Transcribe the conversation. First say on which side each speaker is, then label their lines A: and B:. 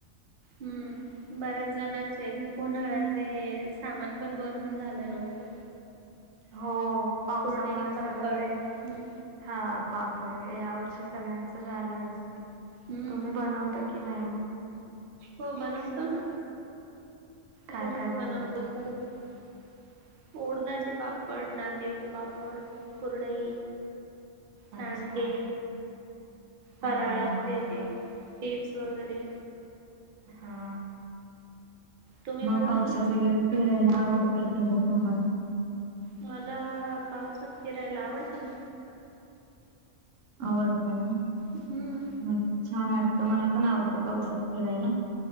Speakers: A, on the right; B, on the right.
A: हम्म बऱ्याच जणांचे उन्हाळ्याचे सामान पण बनवून झालं नव्हतं.
B: हो पावसामुळे
A: कुरडई,
B: सगळं
A: पापड
B: ते
A: हम्म
B: हा पापड ह्या वर्षी सगळ्यांच झालं असेल
A: हम्म
B: तुम्ही बनवता की नाही मग.
A: हो बनवतो ना
B: काय
A: घरीच
B: काय बनवता
A: बनवतो सर्व ऊडदाचे पापड नागलीचे पापड कुरडई. सांडके.
B: अच्छा हा
A: फराळाचे
B: हा
A: ते चिप्स वगैरे.
B: हा
A: तुम्ही
B: मग
A: बनवता?
B: पावसात वगैरे फिरायला आवडत असेल तुम्हाला.
A: मला पावसात फिरायला आवडतं ना.
B: आवडत ना
A: हम्म
B: म छान वा ट तर मला पण आवडतं पावसात फिरायला.